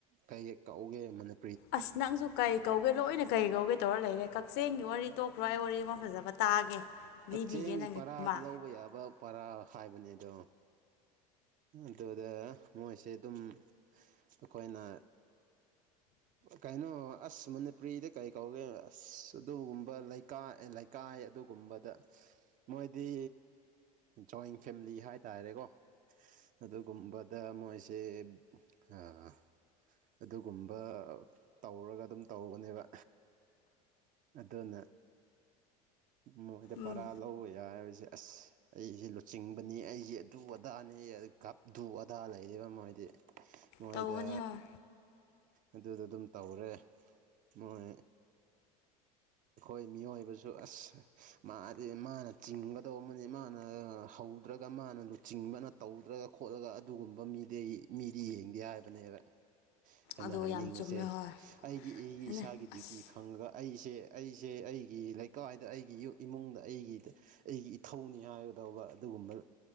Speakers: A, on the right (about 45°); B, on the left (about 60°).
A: ꯀꯩ ꯀꯧꯒꯦ ꯃꯅꯤ
B: ꯑꯁ ꯅꯪꯁꯨ ꯀꯩ ꯀꯧꯒꯦ ꯂꯣꯏꯅ ꯀꯩ ꯀꯧꯒꯦ ꯇꯧꯔ ꯂꯩꯔꯦ ꯀꯛꯆꯦꯡꯒꯤ ꯋꯥꯔꯤ ꯇꯣꯛꯈ꯭ꯔꯣ ꯑꯩ ꯋꯥꯔꯤ ꯑꯃ ꯐꯖꯕ ꯇꯥꯏ ꯇꯥꯒꯦ
A: ꯀꯛꯆꯦꯡꯒꯤ
B: ꯂꯤꯕꯤꯒꯦ ꯅꯪꯒꯤ
A: ꯄꯔꯥ‌
B: ꯑꯃ
A: ꯂꯧꯕ ꯌꯥꯕ ꯄꯔꯥꯔ ꯍꯥꯏꯕꯅꯤꯗꯣ ꯑꯗꯨꯗ ꯃꯣꯏꯁꯦ ꯗꯨꯝ ꯑꯈꯣꯏꯅ ꯀꯩꯅꯣ ꯑꯁ ꯃꯅꯤꯄꯨꯔꯤꯗ ꯀꯔꯤ ꯀꯧꯒꯦ ꯑꯁ ꯑꯗꯨꯒꯨꯝꯕ ꯂꯩꯀꯥꯏ ꯂꯩꯀꯥꯏ ꯑꯩ ꯑꯗꯨꯒꯨꯝꯕꯗ ꯃꯣꯏꯗꯤ ꯖꯣꯏꯟ ꯐꯦꯃꯤꯂꯤ ꯍꯥꯏꯇꯥꯔꯦꯀꯣ ꯑꯗꯨꯒꯨꯝꯕꯗ ꯃꯣꯏꯁꯦ <unintelligible> ꯑꯗꯨꯒꯨꯝꯕ ꯇꯧꯔꯒ ꯑꯗꯨꯝ ꯇꯧꯕꯅꯦꯕ ꯑꯗꯨꯅ ꯃꯣꯏꯗ
B: ꯎꯝ
A: ꯄꯔꯥ ꯂꯧꯕ ꯌꯥꯏ ꯑꯁ ꯑꯩꯁꯦ ꯂꯨꯆꯤꯡꯕꯅꯤ ꯑꯩꯁꯦ ꯑꯗꯨ ꯑꯗꯥꯅꯤ ꯒꯞꯗꯨ ꯑꯗꯥ ꯂꯩꯌꯦꯕꯥ ꯃꯣꯏꯗꯤ ꯃꯣꯏꯗ
B: ꯇꯧꯕꯅꯤ ꯍꯣꯏ
A: ꯑꯗꯨ ꯗꯨꯝ ꯇꯧꯔꯦ ꯃꯣꯏ ꯑꯩꯈꯣꯏ ꯃꯤꯑꯣꯏꯕꯁꯨ ꯑꯁ ꯃꯥꯗꯤ ꯃꯥꯅ ꯆꯤꯡꯒꯗꯧꯕꯅꯤ ꯃꯥꯅ ꯍꯧ <unintelligible> ꯃꯥꯅ ꯂꯨꯆꯤꯡꯕꯅ ꯇꯧꯗ꯭ꯔꯒ ꯈꯣꯠꯂꯒ ꯑꯗꯨꯒꯨꯝꯕ ꯃꯤꯗꯤ ꯃꯤꯗꯤ ꯌꯦꯡꯗꯦ ꯍꯥꯏꯕꯅꯦꯕ ꯑꯩꯅ
B: ꯑꯗꯣ
A: ꯍꯥꯏꯅꯤꯡꯉꯤꯁꯦ
B: ꯌꯥꯝ ꯆꯨꯝꯃꯦ ꯍꯣꯏ
A: ꯑꯩꯒꯤ ꯏꯒꯤ
B: ꯑꯗꯨꯅ
A: ꯏꯁꯥꯒꯤ
B: ꯑꯁ
A: ꯗ꯭ꯌꯨꯇꯤ ꯈꯪꯑꯒ ꯑꯩꯁꯦ ꯑꯩꯁꯦ ꯑꯩꯒꯤ ꯂꯩꯀꯥꯏꯗ ꯑꯩꯒꯤ ꯏꯃꯨꯡꯗ ꯑꯩꯒꯤꯗ ꯑꯩꯒꯤ ꯏꯊꯧꯅꯤ ꯍꯥꯏ ꯗꯧꯕ ꯑꯗꯨꯒꯨꯝꯕ